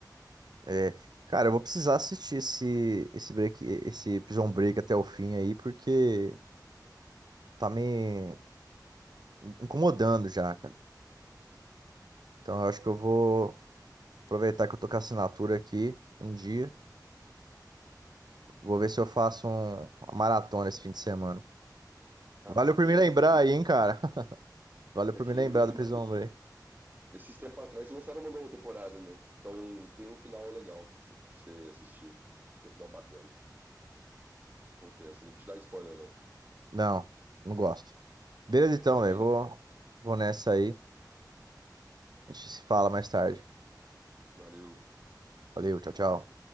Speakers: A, on the right; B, on the right.
A: É, cara, eu vou precisar assistir esse, esse break, esse Prison Break até o fim aí, porque tá me incomodando já, cara. Então eu acho que eu vou aproveitar que eu tô com a assinatura aqui em dia. Vou ver se eu faço um- uma maratona esse fim de semana.
B: Ah,
A: Valeu
B: compensa
A: por me lembrar
B: que o fin...
A: aí, hein, cara. Valeu por
B: é que
A: me lembrar
B: o final.
A: do Prisão Homem.
B: Esses tempos atrás lançaram uma nova temporada, né? Então tem um final legal pra você, pra você assistir. Tem um final bacana. Compensa. Não vou te dar spoiler, não.
A: Não, não gosto. Beleza
B: <laughs>
A: então,
B: Também
A: velho. Vou,
B: não.
A: vou nessa aí. A gente se fala mais tarde.
B: Valeu.
A: Valeu, tchau, tchau.